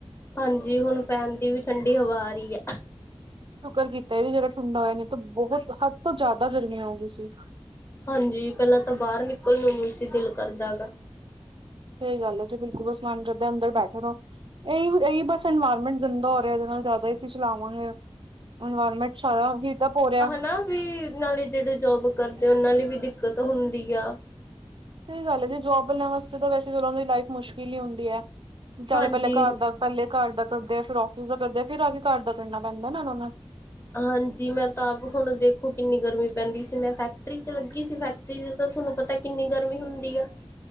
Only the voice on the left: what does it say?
ਹਾਂਜੀ, ਹੁਨ ਫੈਨਦੀ ਵੀ ਠੰਡੀ ਹਵਾ ਆ ਰੀ ਆ।
ਹਾਂਜੀ, ਪੈਲਾਂ ਤਾਂ ਬਾਅਰ ਨਿਕਲ਼ ਨੂੰ ਨੀ ਸੀ ਦਿਲ ਕਰਦਾ ਗਾ।
<unintelligible> ਨਾਲੇ਼ ਜੇੜੇ ਜੋਬ ਕਰਦੇ, ਓਨਾਂ ਲਈ ਵੀ ਦਿੱਕਤ ਹੁੰਦੀ ਆ।
ਹਾਂਜੀ
ਹਾਂਜੀ ਮੈਂ ਤਾਂ ਆਪ ਹੁਣ ਦੇਖੋ ਕਿੰਨੀ ਗਰਮੀ ਪੈਂਦੀ ਸੀ ਮੈਂ ਫੈਕਟਰੀ ਚ ਲੱਗੀ ਸੀ ਫੈਕਟਰੀ ਸਵੇਰ ਦਾ ਤੁਹਾਨੂੰ ਪਤਾ ਕਿੰਨੀ ਗਰਮੀ ਹੁੰਦੀ ਆ।